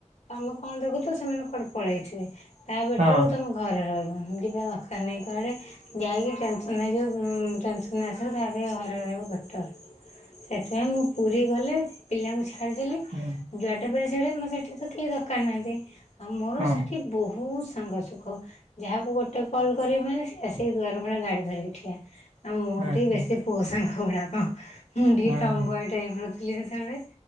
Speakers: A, on the left; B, on the right.
A: ତମେ କଣ ଦେଖୁଛ ସେମାନେ କୁଆଡେ ପଳେଇଥିବେ। ତା ବେଟର
B: ହଁ
A: ତମେ ଘରେ ରହିବ। ଯିବା ଦରକାର ନାହିଁ କୁଆଡ଼େ। ଯାଇକି ଟେନସନ୍ ହେଇ ହେଇଯିବ। ଟେନସନ୍ ଆସିବ ତାପରେ ଘରେ ରହୁ ବେଟର। ସେଥିପାଇଁ ମୁଁ ପୁରୀ ଗଲେ ପିଲାଙ୍କୁ ଛା ଛାଡିଦେଲି।
B: ହଁ
A: ଯୁଆଡେ ପାଇ ସିଆଡ଼େ ମୋର ସେଇଠି ତ କେହି ଦରକାର ନାହାନ୍ତି। ଆଉ ମୋର
B: ହଁ
A: ସେଠି ବହୁତ ସାଙ୍ଗ ସୁଖ ଯାହାକୁ ଗୋଟେ କଲ୍ କରିବି ମାନେ ସିଏ ଆସିକି ଦୁଆର ମୁହଁରେ ଗାଡି ଧରିକି ଠିଆ। ଆଉ ମୋର
B: ହଁ
A: ଟିକେ
B: ହଁ
A: ବେଶୀ ପୁଅ ସାଙ୍ଗ ଗୁଡାକ। ମୁଁ ଟିକେ
B: ହଁ
A: ଟମ୍ପ ଟାଇପର ଥିଲି ସେତେବେଳେ।